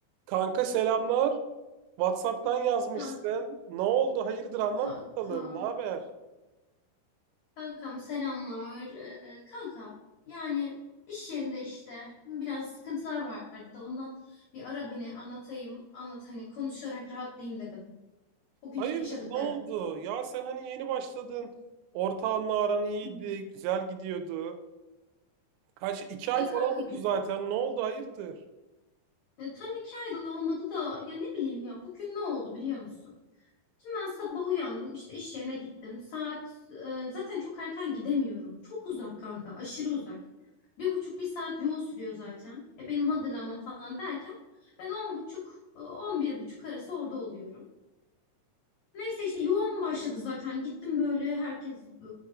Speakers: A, on the right; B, on the left.
A: Kanka selamlar. WhatsApp'tan yazmışsın.
B: Kan-
A: Ne oldu? Hayırdır anlat
B: Kankam,
A: bakalım. Ne haber?
B: kankam selamlar. Ee, kankam yani iş yerinde işte biraz sıkıntılar vardı da ondan bir ara beni anlatayım, anlat hani konuşarak rahatlayayım dedim. Bugün
A: Hayırdır
B: yaşadıklarım.
A: ne oldu? Ya sen hani yeni başladın. Ortağınla aran iyiydi.
B: Hı.
A: Güzel gidiyordu. Kaç? iki ay
B: Ya
A: falan
B: kanka
A: oldu
B: gü-
A: zaten. Ne oldu? Hayırdır?
B: e, tam iki ayda olmadı da ya ne bileyim ya bugün ne oldu biliyor musun? Şimdi ben sabah uyandım işte iş yerine gittim. Saat e, zaten çok erken gidemiyorum. Çok uzak kanka aşırı uzak. Bir buçuk bir saat yol sürüyor zaten. E, benim hazırlanmam falan derken ben on buçuk e, on bir buçuk arası orada oluyorum. Neyse işte yoğun başladı zaten. Gittim böyle herkes e,